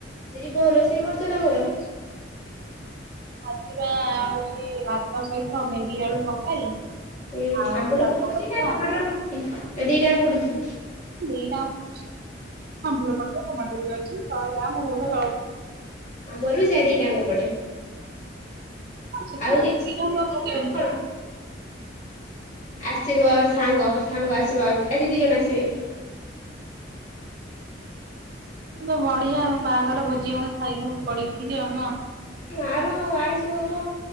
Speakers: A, on the left; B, on the right.
A: ଆ ଯଉ କୋଉ ରୋଷେଇ କରୁଛ ତମର?
B: ଆଜିିବା ହଉଛି ଭାତ ସହିତ ମେରି ଆଳୁ ତରକାରୀ।
A: ଉୁଁ
B: ଆଉ
A: ଆମ୍ବୁଳ
B: ଶାଗ
A: ପଡୁଛି
B: ଭଜା
A: ନା ଟମାଟର ପଡୁଛି ନା ଦିଟାଯାକ ପଡୁଛି।
B: ଦିଟା ଯାକ ଆମ୍ବୁଲ ପକା ଟମାଟର ଅଛି <unintelligible>
A: ଆମର ବି ସେ ଦିଟାଙ୍ଗ ପଡେ।
B: ହଁ ସେଥିରୁ
A: ଆଉ କିଛି
B: ଦିଟା
A: ସେତିକି
B: ତ ପକେଇପାରିବି।
A: ନା ଆଉ କଣ? ଆସିବ ସାଙ୍ଗ ସାଙ୍ଗ ଆସିବ ଆଉ ଆଜି ଦି ଜଣ ଆସିବେ।
B: ତ ବଢିଆ ଆ ବାହାଘର ଭୋଜି ହଉଣୁ ଖାଇବୁ ପଢି ଉଠିକି ଆଉ ନା ଆଉ
A: ମାଆଲୋ ଆଇଁଷ ହବ